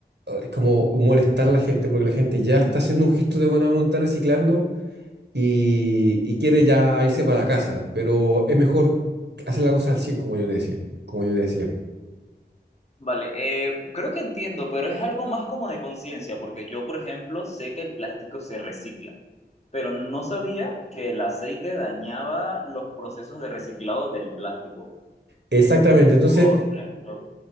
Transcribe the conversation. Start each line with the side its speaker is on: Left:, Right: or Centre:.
Right: eh, es como molestar a la gente porque la gente ya está haciendo un gesto de buena voluntad reciclando y, y quiere ya irse para la casa, pero es mejor hacer la cosa al 100 como yo te decía, como yo te decía.
Left: Vale, eh, creo que entiendo, pero es algo más como de conciencia, porque yo, por ejemplo, sé que el plástico se recicla, pero no sabía que el aceite dañaba los procesos de reciclado del plástico.
Right: Exactamente, entonces
Left: Por ejemplo,